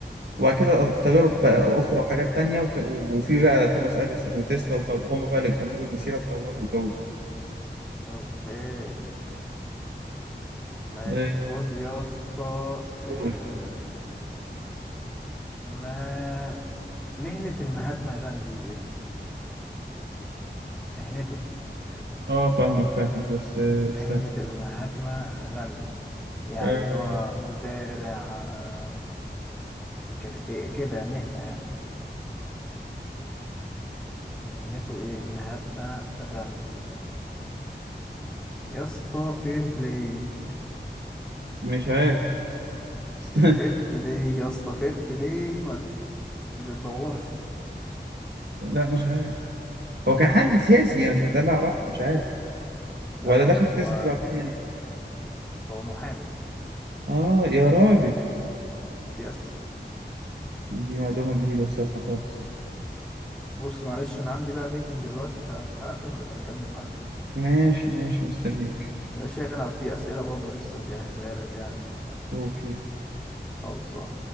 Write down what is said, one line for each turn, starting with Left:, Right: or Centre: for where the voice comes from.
Right: وبعد كده تجارب بقى أخرى وحاجات تانية وك... وفي بقى توماس أديسون وتسلا وطو... هم بقى اللي كملوا المسيرة وطوروا الجو ده
Centre: أوكي ماشي
Right: آه،
Centre: خد يا اسطى آه،
Right: قول
Centre: ما مهنة المهاتما غاندي إيه؟ مهنته ش-
Right: اه فاهمك فاهمك بس آه،
Centre: مهنة
Right: استنى
Centre: المهاتما غاندي يعني
Right: آه،
Centre: اللي هو مزارع آه، سكرتير كده مهنة يعني مهنة. مهنته ايه المهاتما غاندي يا اسطى فير بلاي
Right: مش عارف <laughs> استنى
Centre: <laughs> فير بلاي يا اسطى فير بلاي ما تت- تدورش
Right: لا مش عارف هو كان حد سياسي يعني ده, ده اللي اعرفه مش عارف
Centre: لا
Right: ولا دخل
Centre: هو
Right: سياسة بعدين يعني
Centre: هو محامي
Right: اه يا راجل
Centre: يس
Right: دي معلومة جديدة بصراحة خالص
Centre: بص معلش انا عندي بقى ميتنج دلوقتي فهقفل ونبقى نكمل بعدين
Right: ماشي ماشي مستنيك
Centre: ماشي انا في اسئله برضو لسه مجهزها لك يعني
Right: اوكي
Centre: خالص